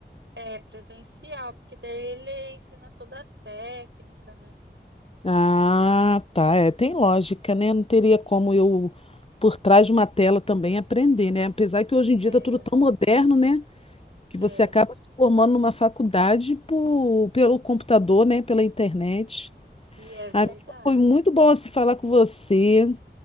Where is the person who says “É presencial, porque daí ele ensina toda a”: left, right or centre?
Right